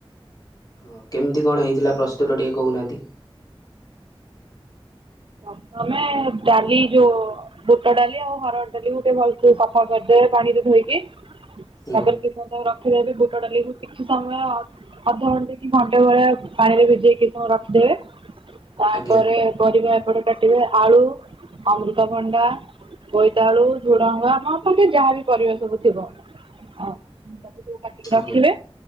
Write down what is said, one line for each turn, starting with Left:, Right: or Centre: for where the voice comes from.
Left: ହଁ, କେମିତି କଣ ହେଇଥିଲା ପ୍ରସ୍ତୁତ ଟିକେ କହୁନାହାନ୍ତି?
Right: ପ୍ରଥମେ ଡାଲି ଯୋଉ ବୁଟ ଡାଲି ଆଉ ହରଡ ଡାଲିକୁ ଟିକେ ଭଲସେ ସଫା କରିଦେବେ ପାଣିରେ ଧୋଇକି
Left: ହୁଁ
Right: ତାପରେ କିଛି ସମୟ ରଖିଦେବେ ବୁଟ ଡାଲିକୁ କିଛି ସମୟ ଅଧଘଣ୍ଟା କି ଘଣ୍ଟେ ଭଳିଆ ପାଣିରେ ଭିଜେଇକି ସବୁ ରଖିଦେବେ। ତାପରେ
Left: ଆଜ୍ଞା
Right: ପରିବା ଏପଟେ କାଟିବେ ଆଳୁ ଅମୃତଭଣ୍ଡା ବୋଇତାଳୁ, ଝୁଡଙ୍ଗ ଆମ ପାଖରେ ଯାହାବି ପରିବା ସବୁ ଥିବ ଆ ତାକୁ ସବୁ କାଟିକି
Left: ଆଜ୍ଞା
Right: ରଖିବେ